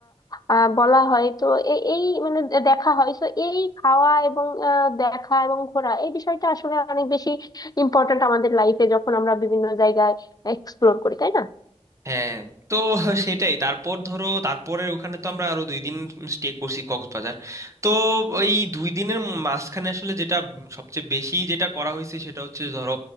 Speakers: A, on the left (about 35°); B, on the right (about 25°).
A: আহ বলা হয় তো এ- এই মানে দেখা হয় তো এই খাওয়া এবং আহ, দেখা এবং ঘোরা এই বিষয়টা আসলে অনেক বেশি ইম্পর্ট্যান্ট আমাদের লাইফে যখন আমরা বিভিন্ন জায়গায় এক্সপ্লোর করি তাই না
B: হ্যাঁ তো সেটাই তারপর ধরো তারপরে ওখানে তো আমরা আরো দুই দিন স্টে করছি কক্সবাজার তো ওই দুই দিনের মাঝখানে আসলে যেটা সবচেয়ে বেশি যেটা করা হয়েছে সেটা হচ্ছে ধরো